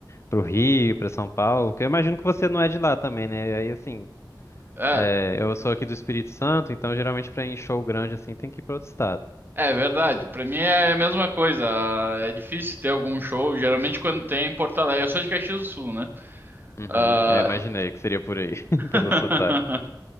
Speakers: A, on the left (about 35°); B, on the right (about 25°).
A: pro Rio, pra São Paulo. Que eu imagino que você não é de lá também, né? Aí, assim,
B: É,
A: é, eu sou aqui do Espírito Santo, então geralmente pra ir em show grande, assim, tem que ir pra outro estado.
B: é verdade. Pra mim é a mesma coisa. Ah, É difícil ter algum show. Geralmente quando tem em Porto Alegre. Eu sou de Caxias do Sul, né?
A: Uhum,
B: Ah,
A: eu imaginei que seria por aí, <laughs>
B: <laughs>
A: pelo sotaque.